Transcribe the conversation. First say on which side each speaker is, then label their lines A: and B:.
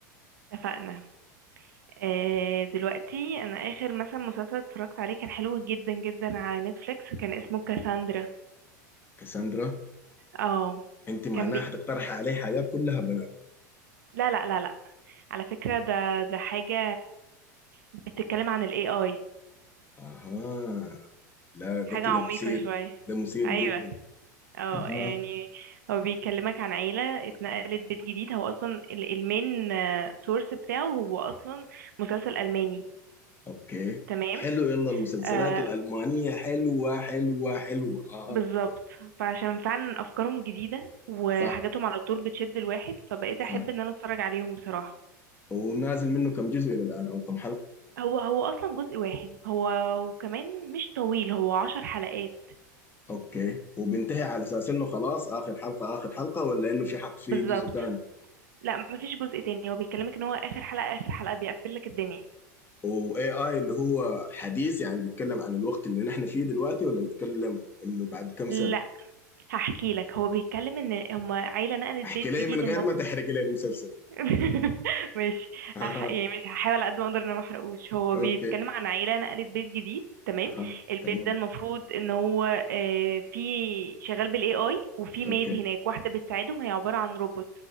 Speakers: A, on the right (about 75°); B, on the left (about 20°).
A: اتفقنا آه دلوقتي انا اخر مثلا مسلسل اتفرجت عليه كان حلو جدا جدا على نتفليكس كان اسمه كاساندرا
B: كاساندرا
A: اه
B: انت معناها
A: كان بي...
B: حتقترحي علي حاجات كلها بنات
A: لا لا لا لا على فكرة ده ده حاجة بتتكلم عن الاي اي
B: اها لا ده
A: حاجة
B: كده
A: عميقة
B: مثير
A: شوية
B: ده مثير
A: ايوه
B: جدا
A: اه
B: اها
A: يعني هو بيكلمك عن عيلة اتنقلت بيت جديد هو اصلا المين سورس بتاعه هو اصلا مسلسل الماني
B: اوكي
A: تمام
B: حلو يلا المسلسلات
A: آه،
B: الالمانيه حلوه حلوه حلوه اه
A: بالظبط فعشان فعلا افكارهم جديده وحاجاتهم
B: صح
A: على طول بتشد الواحد فبقيت
B: صح
A: احب ان انا اتفرج عليهم بصراحه
B: ونازل منه كم جزء الى الان او كم حلقه
A: هو هو اصلا جزء واحد هو وكمان مش طويل هو عشر حلقات
B: اوكي وبينتهي على اساس انه خلاص اخر حلقه اخر حلقه ولا انه في حق في
A: بالظبط
B: جزء ثاني
A: لا مفيش جزء تاني هو بيكلمك ان هو اخر حلقه اخر حلقه بيقفل لك الدنيا
B: واي اي اللي هو حديث يعني بيتكلم عن الوقت اللي نحن فيه دلوقتي ولا بيتكلم انه بعد كم سنه
A: لا هحكي لك هو بيتكلم ان هما عيله نقلت
B: احكي
A: بيت
B: لي
A: جديد
B: من غير ما تحرق لي المسلسل
A: <laughs> ماشي
B: اها
A: هح... يعني مش هحاول على قد ما اقدر ان انا ما احرقوش هو
B: اوكي
A: بيتكلم عن عيله نقلت بيت جديد تمام
B: اها
A: البيت
B: تمام
A: ده المفروض ان هو آه، في شغال بالاي اي وفي ميد
B: اوكي
A: هناك واحده بتساعدهم هي عباره عن روبوت